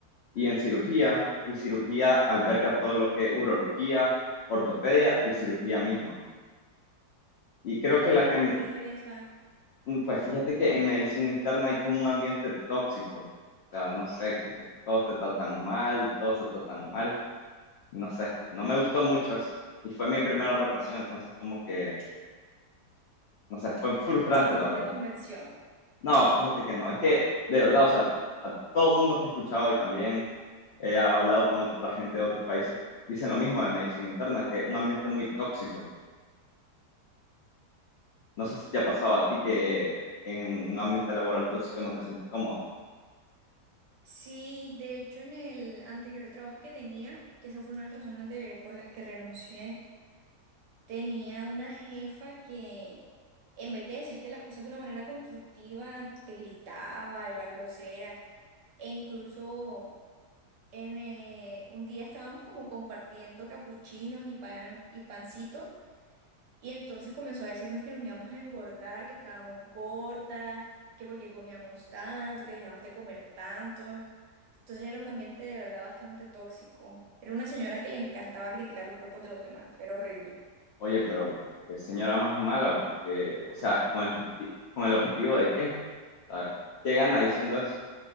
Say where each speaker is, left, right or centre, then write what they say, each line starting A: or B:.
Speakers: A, on the left; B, on the right.
A: y en cirugía,
B: Ok.
A: y cirugía alberga todo lo que es urología, ortopedia y cirugía misma. Y creo
B: ¿Y
A: que
B: cómo
A: la que,
B: te ha ido en esa?
A: mm, pues fíjate que en medicina interna hay como un ambiente tóxico. O sea, no sé, como que todos te tratan mal, todos se tratan mal no sé, no me gustó mucho eso. Y fue mi primera rotación, entonces como que, no sé, fue frustrante
B: ¿No
A: la verdad.
B: te convenció?
A: No, fíjate que no, es que de verdad, o sea, a todo el mundo que he escuchado y también he hablado con otra gente de otros países, dicen lo mismo de medicina interna, que es un ambiente muy tóxico. No sé si te ha pasado a ti que en un ambiente laboral tóxico no te sientes cómodo.
B: Sí, de hecho, en el anterior trabajo que tenía, que esa fue una de las razones de- por las que renuncié, tenía una jefa que en vez de decirte las cosas de una manera constructiva, te gritaba, era grosera. E incluso en, eh, un día estábamos como compartiendo capuchinos y pan y pancitos. Y entonces comenzó a decirnos que nos íbamos a engordar, que estábamos gordas, que porque comíamos tanto, que dejáramos de comer tanto. Entonces era un ambiente de verdad bastante tóxico. Era una señora que le encantaba criticar los cuerpos de los demás. Era horrible.
A: Oye, pero qué señora más mala, porque, o sea, con el, obje- con el objetivo de qué, O sea, ¿qué gana diciendo eso?